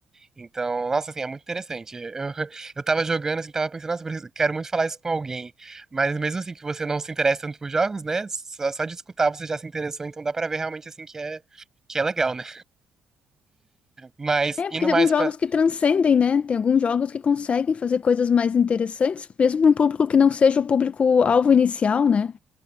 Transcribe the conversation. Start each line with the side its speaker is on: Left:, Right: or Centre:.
Right: Então, nossa, assim, é muito interessante. Eu, <laughs> eu tava jogando, assim, tava pensando, nossa, preciso- quero muito falar isso com alguém. Mas mesmo assim que você não se interessa tanto por jogos, né? Só, só de escutar você já se interessou, então dá pra ver realmente, assim, que é, que é legal, né? Mas,
Left: É,
Right: indo
Left: porque
Right: mais
Left: tem alguns
Right: pra...
Left: jogos que transcendem, né? Tem alguns jogos que conseguem fazer coisas mais interessantes, mesmo para um público que não seja o público-alvo inicial, né?